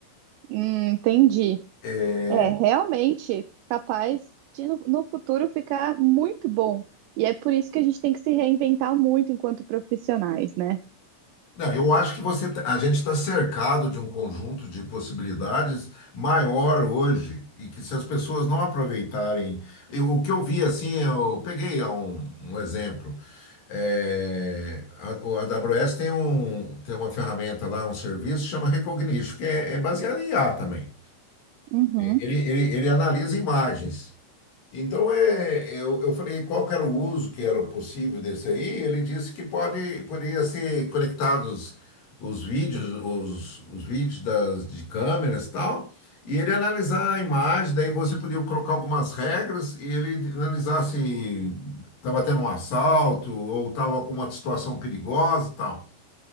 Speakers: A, on the right; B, on the left.
A: hum, entendi.
B: É,
A: É realmente capaz de no, no futuro ficar muito bom. E é por isso que a gente tem que se reinventar muito enquanto profissionais, né?
B: Não, eu acho que você, tá- a gente está cercado de um conjunto de possibilidades maior hoje e que se as pessoas não aproveitarem, eu- o que eu vi assim, eu peguei ah, um, um exemplo, É, a, o AWS tem um, tem uma ferramenta lá, um serviço chama Recognition, que é, é baseado em IA também.
A: Uhum.
B: Ele, ele, ele analisa imagens. Então, é, eu, eu falei qual que era o uso que era possível desse aí. Ele disse que pode, poderia ser conectados os vídeos, os, os vídeos das, de câmeras e tal, e ele analisar a imagem, daí você podia colocar algumas regras e ele analisar se estava tendo um assalto ou estava com uma situação perigosa e tal.